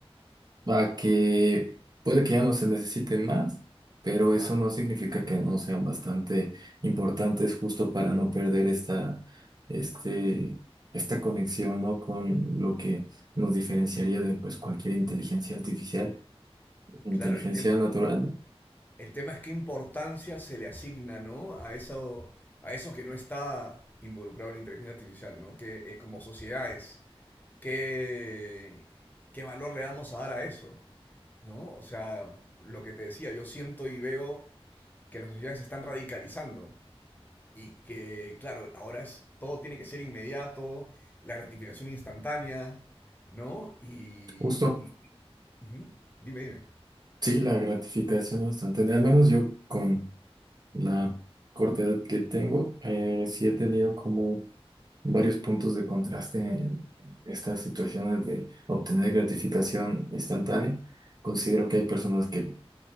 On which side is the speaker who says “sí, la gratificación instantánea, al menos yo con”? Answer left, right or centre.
Right